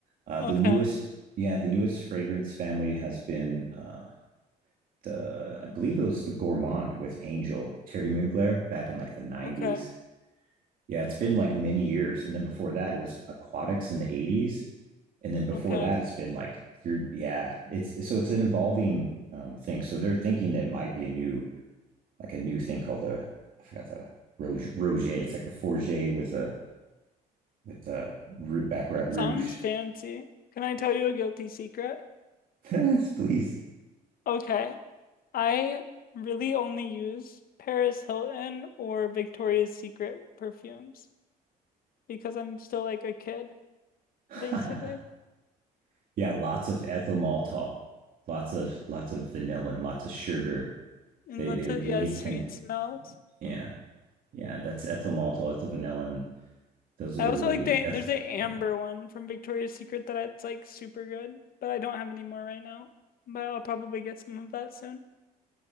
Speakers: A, on the right; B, on the left.
A: Uh
B: Okay.
A: the newest yeah, the newest fragrance family has been uh the I believe it was the Gourmand with Angel Terry Mugler back in like the 90s.
B: Okay.
A: Yeah, it's been like many years. And then before that, it was Aquatics in the 80s and then before
B: Okay.
A: that it's been like you're yeah it's so it's an evolving um, thing so they're thinking that it might be a new like a new thing called the i forgot the roge roger it's like a forger with a with the root baccarat
B: It
A: rouge
B: sounds fancy. Can I tell you a guilty secret?
A: <laughs> please
B: Okay. I really only use Paris Hilton or Victoria's Secret perfumes because I'm still like a kid,
A: <laughs>
B: basically.
A: yeah lots of ethyl maltol lots of lots of vanilla and lots of sugar
B: And
A: they
B: that's
A: they
B: it.
A: they
B: Yeah, sweet
A: tend
B: smells.
A: yeah yeah that's ethyl maltol ethyl vanillin those are
B: I also
A: really
B: like the
A: ethyl
B: there's the amber
A: yeah
B: one from Victoria's Secret that it's like super good, but I don't have any more right now. But I'll probably get some of that soon.